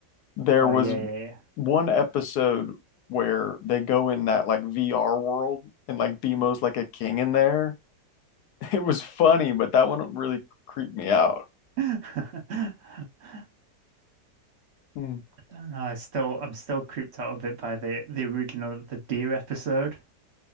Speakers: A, on the left (about 70°); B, on the right (about 50°).
A: There
B: Oh
A: was
B: yeah, yeah,
A: one episode where they go in that like VR world and like Bemo's like a king in there. <laughs> It was funny, but that one really creeped me out.
B: yeah. <laughs>
A: Hmm.
B: I don't know. I still I'm still creeped out a bit by the the original the deer episode.